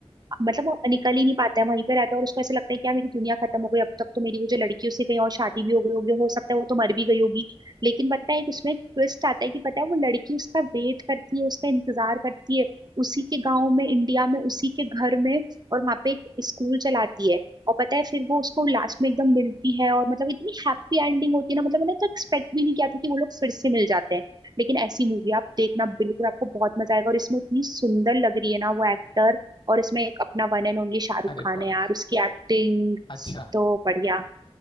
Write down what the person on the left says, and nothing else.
अरे
वाह
अच्छा